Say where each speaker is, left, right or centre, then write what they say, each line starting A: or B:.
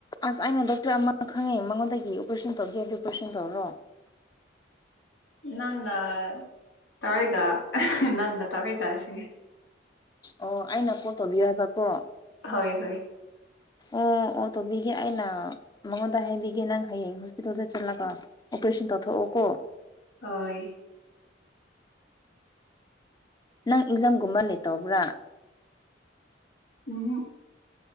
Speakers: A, on the left; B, on the left.
A: ꯑꯁ ꯑꯩꯅ ꯗꯣꯛꯇꯔ ꯑꯃ ꯈꯪꯉꯦ ꯃꯉꯣꯟꯗꯒꯤ ꯑꯣꯄꯔꯦꯁꯟ ꯇꯧꯒꯦ ꯍꯥꯏꯕꯗꯤ ꯑꯣꯄꯔꯦꯁꯟ ꯇꯧꯔꯣ
B: ꯅꯪꯅ ꯇꯔꯦꯒ ꯅꯪꯅ ꯇꯔꯦꯒꯁꯤ
A: ꯑꯣ ꯑꯩꯅ ꯀꯣꯜ ꯇꯧꯕꯤꯌꯨ ꯍꯥꯏꯕꯀꯣ
B: ꯍꯣꯏ ꯍꯣꯏ
A: ꯑꯣ ꯑꯣ ꯇꯧꯕꯤꯒꯦ ꯑꯩꯅ ꯃꯉꯣꯟꯗ ꯍꯥꯏꯕꯤꯒꯦ ꯅꯪ ꯍꯌꯦꯡ ꯍꯣꯁꯄꯤꯇꯥꯜꯗ ꯆꯠꯂꯒ ꯑꯣꯄꯔꯦꯁꯟ ꯇꯧꯊꯣꯛꯑꯣ ꯀꯣ
B: ꯍꯣꯏ
A: ꯅꯪ ꯑꯦꯛꯖꯥꯝꯒꯨꯝꯕ ꯂꯤꯠ ꯇꯧꯕ꯭ꯔꯥ
B: ꯎꯝꯍꯨꯛ